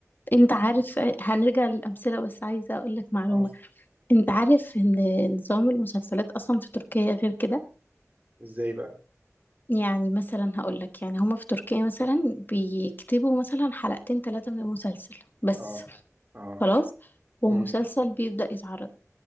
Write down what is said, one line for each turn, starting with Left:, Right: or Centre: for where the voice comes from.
Left: انت عارف هنرجع للامثله بس عايزه اقول لك معلومه
Right: اه
Left: انت عارف ان نظام المسلسلات اصلا في تركيا غير كده
Right: إزاي بقى؟
Left: يعني مثلا هقول لك يعني هما في تركيا مثلا بيكتبوا مثلا حلقتين ثلاثه من المسلسل بس
Right: آه آه
Left: خلاص ومسلسل
Right: أمم
Left: بيبدا يتعرض